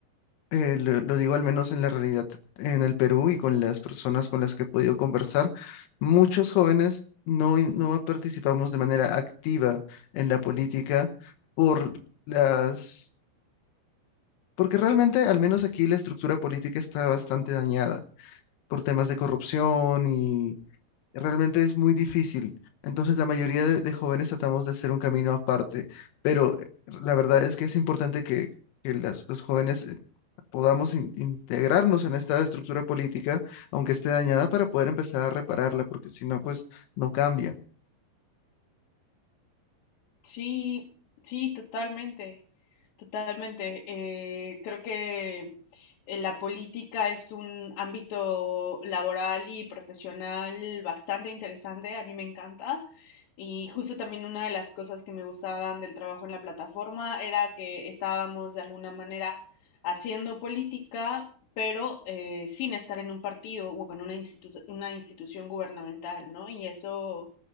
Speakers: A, on the left (about 90°); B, on the left (about 70°).
A: eh, lo, lo digo al menos en la realidad en el Perú y con las personas con las que he podido conversar, muchos jóvenes no, in- no participamos de manera activa en la política por las, porque realmente al menos aquí la estructura política está bastante dañada por temas de corrupción y realmente es muy difícil. Entonces la mayoría de, de jóvenes tratamos de hacer un camino aparte, pero eh, la verdad es que es importante que, que las- los jóvenes podamos in- integrarnos en esta estructura política, aunque esté dañada, para poder empezar a repararla, porque si no, pues no cambia.
B: Sí, sí, totalmente, totalmente. Eh, creo que eh, la política es un ámbito laboral y profesional bastante interesante, a mí me encanta. Y justo también una de las cosas que me gustaban del trabajo en la plataforma era que estábamos de alguna manera haciendo política, pero eh, sin estar en un partido o en una institu- una institución gubernamental, ¿no? Y eso...